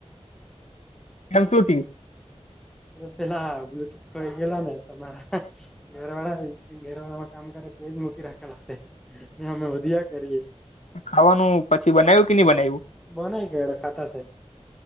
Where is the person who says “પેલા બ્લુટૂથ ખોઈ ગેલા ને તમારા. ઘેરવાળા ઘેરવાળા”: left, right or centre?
Centre